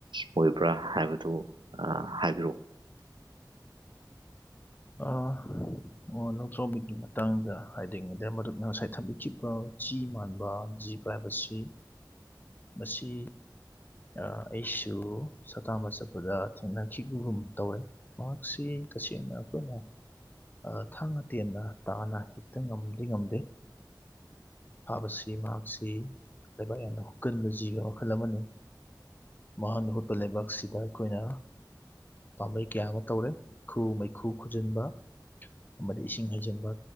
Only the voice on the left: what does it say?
ꯑꯥ ꯑꯣ ꯂꯧꯇ꯭ꯔꯥꯕꯤꯒꯤ ꯃꯇꯥꯡꯗ ꯍꯥꯏꯗꯤ ꯃꯦꯗꯤꯌꯥ ꯃꯔꯨꯞꯅ ꯉꯁꯥꯏ ꯊꯝꯕꯤꯈꯤꯕ ꯆꯤ ꯃꯥꯟꯕ ꯖꯤꯕ ꯍꯥꯏꯕꯁꯤ ꯃꯁꯤ ꯑꯥ ꯑꯩꯁꯨ ꯁꯥꯇꯥꯟꯕ ꯆꯠꯄꯗ ꯊꯦꯡꯅꯈꯤꯒꯤꯒꯨꯝ ꯇꯧꯋꯦ ꯃꯍꯥꯛꯁꯤ ꯇꯁꯦꯡꯅ ꯑꯈꯣꯏꯅ ꯑꯥ ꯊꯥꯡꯅ ꯇꯦꯟꯅ ꯇꯥꯅ ꯍꯦꯛꯇ ꯉꯝꯗꯤ ꯉꯝꯗꯦ ꯐꯥꯕꯁꯤ ꯃꯍꯥꯛꯁꯤ ꯂꯩꯕꯥꯛ ꯌꯥꯝꯅ ꯍꯣꯠꯀꯟꯕ ꯖꯤꯕ ꯃꯈꯜ ꯑꯃꯅꯤ ꯃꯍꯥꯛꯅ ꯍꯨꯠꯄ ꯂꯩꯕꯥꯛꯁꯤꯗ ꯑꯩꯈꯣꯏꯅ ꯄꯥꯝꯕꯩ ꯀꯌꯥ ꯑꯃ ꯇꯧꯔꯦ ꯈꯨꯨ ꯃꯩꯈꯨ ꯈꯨꯖꯤꯟꯕ ꯑꯃꯗꯤ ꯏꯁꯤꯡ ꯍꯩꯖꯟꯕ